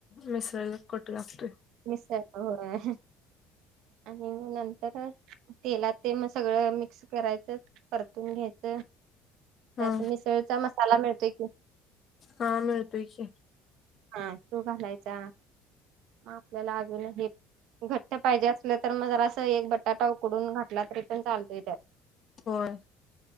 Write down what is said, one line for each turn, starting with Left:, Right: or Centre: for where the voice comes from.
Left: मिसळला कट लागतोय.
Right: मिसळीला होय. आणि मग नंतर तेलात ते मग सगळं मिक्स करायचं परतून घ्यायचं. त्यात
Left: हा
Right: मिसळचा मसाला मिळतोय कि.
Left: हा मिळतोय की.
Right: हा तो घालायचा, आपल्याला अजुन हे घट्ट पाहिजे असलं तर मग जरा असं एक बटाटा उकडून घातला तरी पण चालतोय त्यात.
Left: होय